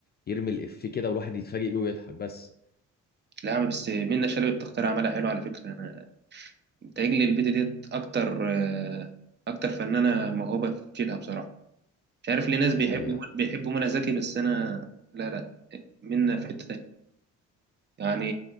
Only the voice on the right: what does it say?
لا يا عم بس منة شلبي بتختار اعمالها حلو على فكره انا بتهيألي البيضه ديت اكتر آه، اكتر فنانه موهوبه في جيلها بصراحه مش عارف ليه ناس بيحبوا
بيحبوا منى زكي بس انا لا لا منة في حته تانية يعني